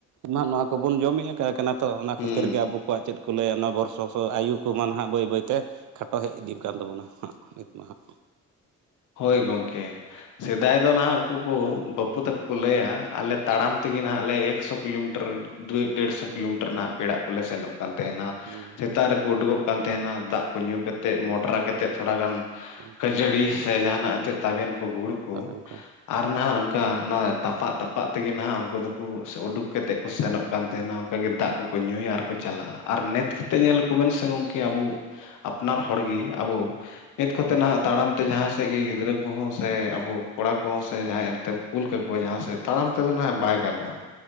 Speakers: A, on the right; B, on the left.
A: ᱢᱟ ᱱᱚᱣᱟ ᱠᱚᱵᱚᱱ ᱡᱚᱢᱮᱫ-ᱟ, ᱛᱚ ᱚᱱᱟ
B: ᱦᱩᱸ
A: ᱠᱷᱟᱹᱛᱤᱨ ᱜᱮ ᱟᱵᱚ ᱠᱚᱣᱟᱜ ᱪᱮᱫ ᱠᱚ ᱞᱟᱹᱭᱟ ᱚᱱᱟ ᱵᱚᱨᱥᱚᱠᱥᱚ ᱟᱭᱩ ᱠᱩ ᱢᱟ ᱱᱟᱦᱟᱸᱜ ᱵᱟᱹᱭ ᱵᱟᱹᱭᱛᱮ ᱠᱷᱟᱴᱚ ᱦᱮᱡ ᱤᱫᱤᱠᱟᱱ ᱛᱟᱵᱚᱱᱟ ᱦᱟᱸᱜ ᱱᱤᱛᱢᱟ ᱦᱟᱸᱜ᱾
B: ᱦᱳᱭ ᱜᱚᱢᱠᱮ᱾ ᱥᱮᱫᱟᱭ ᱫᱚ ᱱᱟᱦᱟᱜ ᱩᱱᱠᱩ ᱠᱚ ᱵᱟᱹᱯᱩ ᱛᱟᱠᱚ ᱠᱚ ᱞᱟᱹᱭᱟ ᱟᱞᱮ ᱛᱟᱲᱟᱢ ᱛᱮᱜᱮ ᱱᱟᱦᱟᱜ ᱟᱞᱮ ᱮᱠᱥᱚ ᱠᱤᱞᱳᱢᱤᱴᱟᱨ ᱫᱩᱭ ᱰᱮᱲᱥᱚ ᱠᱤᱞᱳᱢᱤᱴᱟᱨ ᱱᱟᱦᱟᱜ ᱯᱮᱲᱟ ᱠᱚᱞᱮ ᱥᱮᱱᱚᱜ ᱠᱟᱱ ᱛᱟᱦᱮᱱᱟ
A: ᱦᱩᱸ
B: ᱥᱮᱛᱟᱜ ᱨᱮᱠᱚ ᱩᱰᱩᱠᱚᱜ ᱠᱟᱱ ᱛᱟᱦᱮᱱᱟ ᱫᱟᱜ ᱠᱚ ᱧᱩ ᱠᱟᱛᱮᱫ ᱢᱚᱰᱨᱟ ᱠᱟᱛᱮᱫ ᱛᱷᱚᱲᱟ ᱜᱟᱱ
A: ᱦᱩᱸ
B: ᱠᱷᱟᱹᱡᱟᱹᱲᱤ ᱥᱮ ᱡᱟᱦᱟᱱᱟᱜ ᱮᱱᱛᱮ ᱛᱟᱵᱮᱱ ᱠᱚ ᱜᱩᱲ ᱠᱩ
A: ᱛᱟᱵᱮᱱ ᱠᱚ
B: ᱟᱨ ᱱᱟᱦᱟᱜ ᱚᱱᱠᱟ ᱱᱚᱣᱟ ᱛᱟᱯᱟᱜ ᱛᱟᱯᱟᱜ ᱛᱮᱜᱮ ᱱᱟᱦᱟᱜ ᱩᱱᱠᱩ ᱫᱚᱠᱚ ᱩᱰᱩᱠ ᱠᱟᱛᱮᱫ ᱠᱚ ᱥᱮᱱᱚᱜ ᱠᱟᱱ ᱛᱟᱦᱮᱱᱟ ᱚᱱᱠᱟ ᱜᱮ ᱫᱟᱜ ᱠᱚᱠᱚ ᱧᱩᱭᱟ ᱟᱨᱠᱚ ᱪᱟᱞᱟᱜ-ᱟ, ᱟᱨ ᱱᱮᱛ ᱠᱟᱛᱮᱫ ᱧᱮᱞ ᱠᱚᱵᱮᱱ ᱥᱮ ᱜᱚᱢᱠᱮ ᱟᱵᱚ ᱟᱯᱱᱟᱨ ᱦᱚᱲᱜᱤ ᱟᱵᱚ ᱱᱮᱛ ᱠᱚᱛᱮ ᱱᱟᱦᱟᱜ ᱛᱟᱲᱟᱢ ᱛᱮ ᱡᱟᱦᱟᱸ ᱥᱮᱫ ᱜᱮ ᱜᱤᱫᱽᱨᱟᱹ ᱠᱚᱦᱚᱸ ᱥᱮ ᱟᱵᱚ ᱠᱚᱲᱟ ᱠᱚᱦᱚᱸ ᱥᱮ ᱡᱟᱦᱟᱸᱭ ᱮᱱᱛᱮᱢ ᱠᱩᱞ ᱠᱟᱠᱚᱣᱟ ᱡᱟᱦᱟᱸ ᱥᱮᱫ ᱛᱟᱲᱟᱢ ᱛᱮᱫᱚ ᱱᱟᱦᱟᱜ ᱵᱟᱭ ᱜᱟᱱᱚᱜ-ᱟ᱾